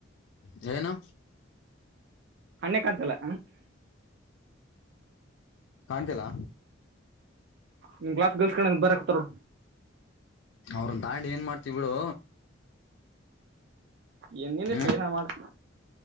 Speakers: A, on the left; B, on the right.
A: ಜೈನು.
B: ಹಣ್ಣೆ ಕಂತಲ್ಲ.
A: ಕಾಣ್ತಿಲ್ಲ.
B: ನಿಮ್ ಕ್ಲಾಸ್ ಗರ್ಲ್ಸ್ ಕಡೆ ಬರಕ್ ಹತಾರರು
A: ಅವ್ರನ್ ತಾಂಡಿ ಏನ್ ಮಾಡ್ತೀ ಬಿಡು.
B: ಏ ನಿನ್
A: ಹ್ಮ್
B: ಇಷ್ಟ ಏನ ಅರ ಮಾಡು.